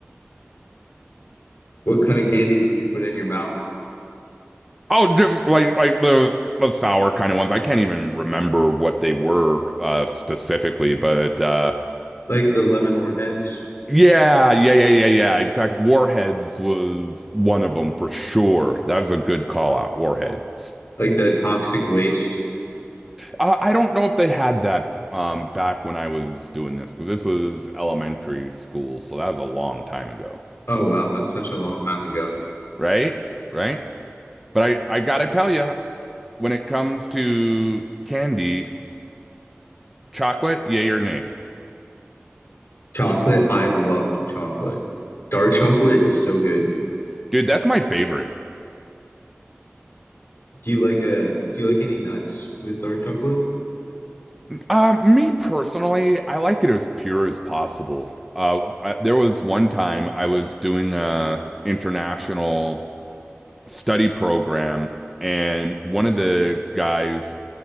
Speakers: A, on the left; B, in the centre.
A: What kind of candies would you put in your mouth?
B: Oh, just like like the, the sour kind of ones. I can't even remember what they were uh, specifically, but uh,
A: Like the lemon warheads?
B: yeah, yeah, yeah, yeah, yeah. Exact. Warheads was one of them for sure. That's a good call out. Warheads.
A: Like the toxic waste?
B: I, I don't know if they had that um back when I was doing this because this was elementary school, so that was a long time ago,
A: Oh, wow. That's such a long time ago.
B: right? Right? But I I gotta tell you, when it comes to candy, chocolate, yay or nay,
A: Chocolate. I love chocolate. Dark chocolate is so good.
B: dude, that's my favorite.
A: Do you like a, do you like any nuts with dark chocolate?
B: Uh, me personally, I like it as pure as possible. Uh, I, there was one time I was doing a international study program, and one of the guys